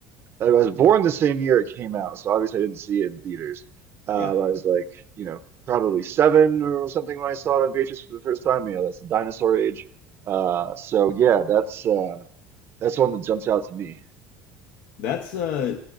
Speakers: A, on the right; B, on the left.
A: I was born the same year it came out, so obviously I didn't see it in theaters. Uh,
B: Yeah,
A: I was like, you know, probably seven or something when I saw it on VHS for the first time. You know, that's the dinosaur age. Uh, so yeah, that's uh, that's one that jumps out to me.
B: that's uh,